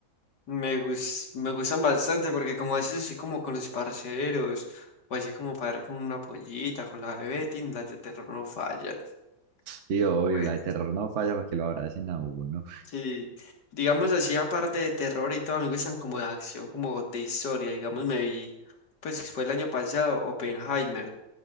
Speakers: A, on the left; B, on the right.
A: Me gus- me gustan bastante porque como haces así como con los parceros, o así como para ver con una pollita, con la bebé, tin, las de terror no fallan.
B: Sí,
A: Es
B: obvio,
A: como Bueno.
B: la de terror no falla para que lo abracen a uno.
A: Sí, digamos así, aparte de terror y todo, a mí me gustan como de acción, como de historia. Digamos, me vi, pues fue el año pasado, Oppenheimer,